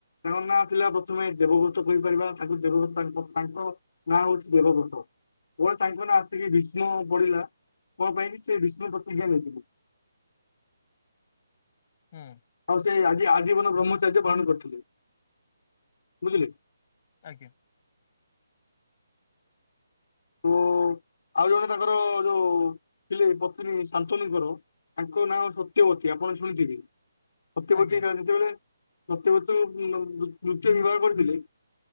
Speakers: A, on the left (about 50°); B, on the left (about 30°).
A: ତାଙ୍କ ନାଁ ଥିଲା ପ୍ରଥମେ ଦେବବ୍ରତ କହିପାରିବା ତାଙ୍କୁ ଦେବବ୍ରତ ତାଙ୍କ ତାଙ୍କ ନାଁ ହଉଛି ଦେବବ୍ରତ ହୁଅ ତାଙ୍କ ନାଁ ଆସିକି ଭୀଷ୍ମ ବଡିଲା। କଁ ପାଇଁ ବି ସେ ଭୀଷ୍ମ ପ୍ରତିଜ୍ଞା ନେଇଥିଲେ?
B: ହୁଁ।
A: ଆଉ ସେ ଆଜି ଆଜୀବନ ବ୍ରହ୍ମଚାର୍ଯ୍ୟ ପାଳନ କରିଥିଲେ ବୁଝିଲେ?
B: ଆଜ୍ଞା।
A: ଓ-ଆଉ ଜଣେ ତାଙ୍କର ଯୋଉ ଥିଲେ ପତ୍ନୀ ଶାନ୍ତନୁ ଙ୍କର ତାଙ୍କ ନାଁ ସତ୍ୟବତୀ ଆପଣ ଶୁଣିଥିବେ ସତ୍ୟବତୀ
B: ଆଜ୍ଞା
A: ଯେତେବେଳେ ସତ୍ୟବ୍ରତ ମ୍ଏମ୍ ମୃତୁ ବିବାହ କରିଥିଲେ।